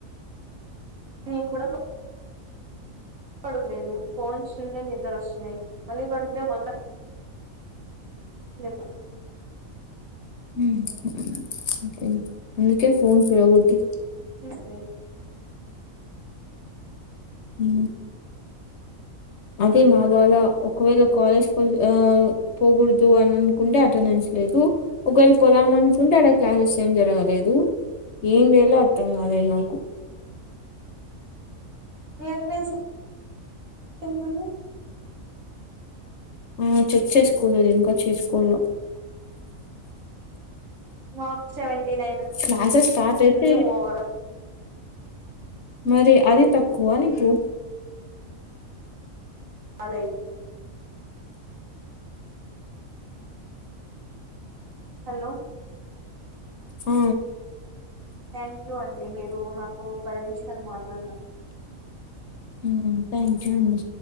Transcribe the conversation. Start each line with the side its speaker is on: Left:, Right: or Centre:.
Right: నేను కూడ ప పడుకొలేదు ఫోన్స్ండేని నిద్దరస్తున్నాయి మళ్ళీ పడుకునే మ లేదా
Left: ఉ <unintelligible> అందుకే ఫోన్ చూడొద్దు
Right: ఏం లేదు
Left: ఊ అది మగాళ ఒకవేళ కాలేజ్ కి వో ఆ పోకూడదు అని అనుకుంటే అటెండెన్స్ లేదు ఒకవేళ పోదాం అనుకుంటే అక్కడ క్లాసెస్ ఏం జరగలేదు ఏం చేయాలో అత్తంగాలే నాకు
Right: నీ అటెండెన్స్ పోతుంది
Left: ఆ చెక్ చేసుకోలేదు ఇంకా చేసుకోలా
Right: నాకు సెవెంటీ నైన్
Left: క్లాసెస్ స్టార్ట్ అయితే
Right: ఉంది ఓవరాల్
Left: మరి అది తక్కువ నీకు
Right: అలై హలో
Left: ఆ
Right: థ్యాంక్ యూ అండి మీరు నాతో పది నిమిషాలు మాట్లాడినందుకు
Left: ఊ థ్యాంక్ యూ అండి